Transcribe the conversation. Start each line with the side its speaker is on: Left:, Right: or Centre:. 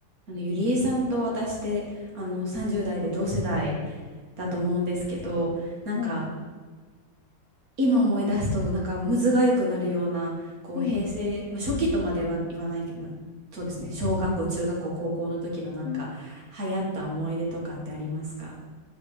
Right: あの、ゆりえさんと私って、あの、30代で同世代だと思うんですけど、なんか、
Left: はい。
Right: 今思い出すと、なんか、むずがゆくなるような、こう、
Left: うん。
Right: 平成、まあ、初期とまでは言わないけど、そうですね、小学校、中学校、高校の時のなんか、
Left: うん。
Right: 流行った思い出とかってありますか